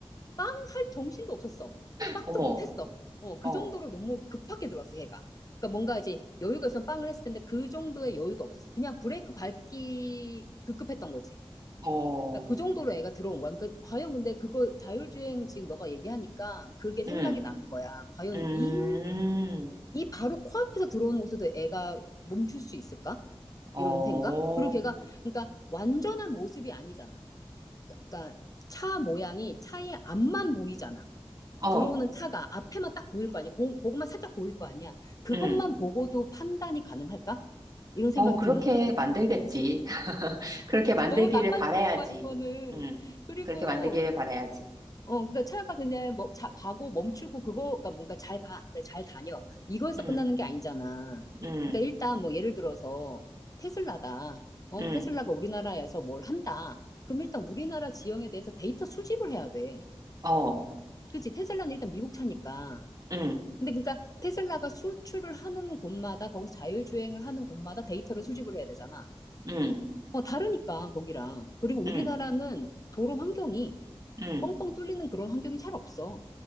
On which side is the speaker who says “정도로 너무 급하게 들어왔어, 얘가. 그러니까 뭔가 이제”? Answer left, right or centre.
Left